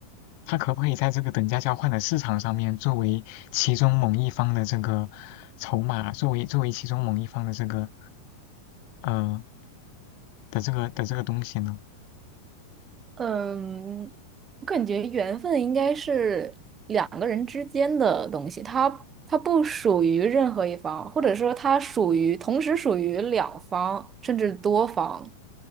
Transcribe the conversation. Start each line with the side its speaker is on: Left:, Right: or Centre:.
Left: 他可不可以在这个等价交换的市场上面，作为其中某一方的这个筹码，作为作为其中某一方的这个呃的这个的这个东西呢？
Right: 嗯，我感觉缘分应该是两个人之间的东西，它它不属于任何一方，或者说它属于同时属于两方甚至多方，